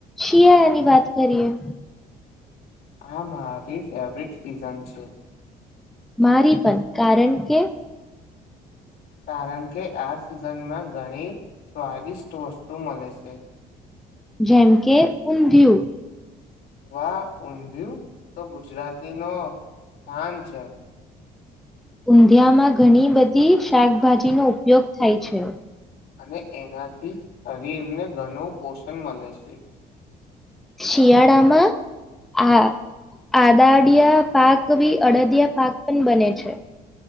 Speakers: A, in the centre; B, on the left.
A: શિયાળાની વાત કરીએ.
B: આ મારી ફેવરિટ સીઝન છે.
A: મારી પણ કારણ કે
B: કારણ કે, આ સિઝનમાં ઘણી સ્વાદિષ્ટ વસ્તુ મળે છે.
A: જેમ કે ઊંધિયું.
B: વા ઊંધયું, તો ગુજરાતી ન સ્થાન છે.
A: ઊંધિયામાં ઘણી, બધી શાકભાજીનોો ઉપયોગ થાય છે
B: અને એનાથી શરીરને ઘણું પોષણ મળે છે.
A: શિયાળામા આ આદાડિયા પાક, બ અડદિયા પાક પણ બને છે.